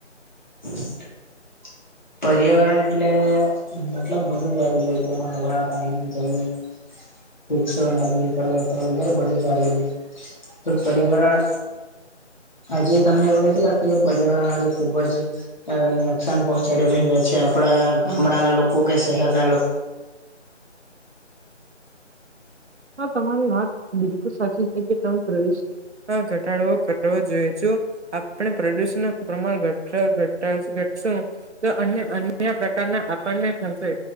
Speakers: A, on the left; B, on the right.
A: <inaudible> પર્યાવરણ એટલે મતલબ બધું <unintelligible> જોઈ તેમાં હવા, પાણી, જમીન. વૃક્ષો, નદી, પર્વતો વગેરે બધું જાગે. તો પર્યાવરણ હજી તમને એવું નથી લાગતું કે પર્યાવરણ આજે ખુબ જ અ નુકસાન પહોં ચડી રહ્યા છે આપડા ગામડાના લોકો કે શહેરના લો
B: હા તમારી વાત બિલકુલ સાચી છે કે તમે પ્રવેશ. હા ઘટાડવો કરવો જોઈએ જો, આપણે પ્રદુષણ ના પ્રમાણ <unintelligible> તો અ અન્ય પ્રકારના આપણને થશે.